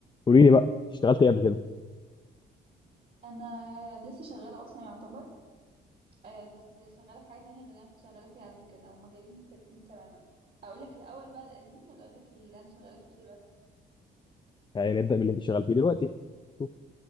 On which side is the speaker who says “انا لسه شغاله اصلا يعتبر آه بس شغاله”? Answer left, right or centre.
Right